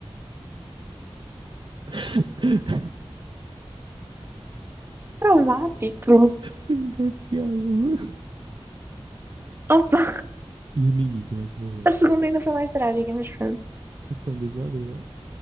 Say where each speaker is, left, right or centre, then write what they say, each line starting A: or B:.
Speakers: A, on the right; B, on the right.
A: <laughs>
B: Traumático.
A: Tem uma piada, meu.
B: Opa,
A: E a Mimi, como é que morreu?
B: a segunda ainda foi mais trágica, mas pronto.
A: Então, diz lá, diz lá.